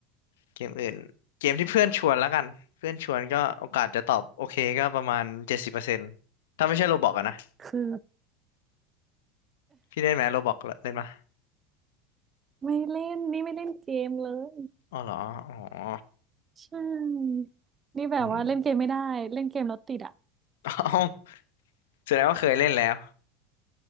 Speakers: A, on the left; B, on the right.
A: เกมอื่นเกมที่เพื่อนชวนแล้วกันเพื่อนชวนก็โอกาสจะตอบโอเคก็ประมาณเจ็ดสิบเปอร์เซ็นต์ถ้าไม่ใช่โรบอกอะนะ
B: คือ
A: พี่เล่นไหมโรบอกเล่นปะ
B: ไม่เล่นนี่ไม่เล่นเกมเลย
A: อ๋อเหรออ๋อ
B: ใช่นี่แบบว่าเล่นเกมไม่ได้เล่นเกมแล้วติดอะ
A: อืม <laughs> เอ้าแสดงว่าเคยเล่นแล้ว